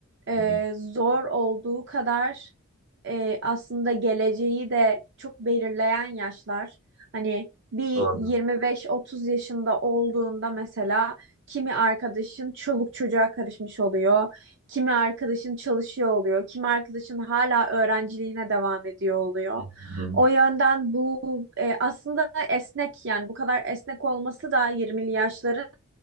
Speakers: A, on the right; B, on the right.
A: e,
B: hı.
A: zor olduğu kadar e, aslında geleceği de çok belirleyen yaşlar. Hani bir
B: Doğru.
A: 25-30 yaşında olduğunda mesela kimi arkadaşın çoluk çocuğa karışmış oluyor, kimi arkadaşın çalışıyor oluyor, kimi arkadaşın hala öğrenciliğine devam ediyor oluyor.
B: Hı hı.
A: O yönden bu e, aslında esnek yani bu kadar esnek olması da 20'li yaşların